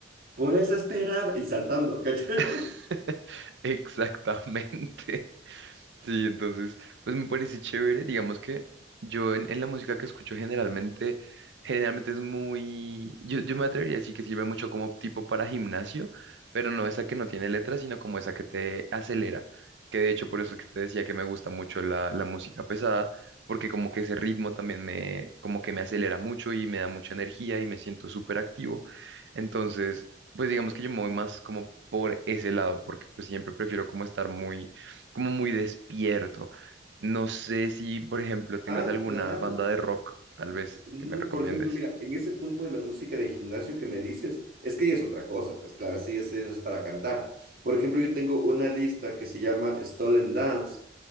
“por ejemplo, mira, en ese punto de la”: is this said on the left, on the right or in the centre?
Right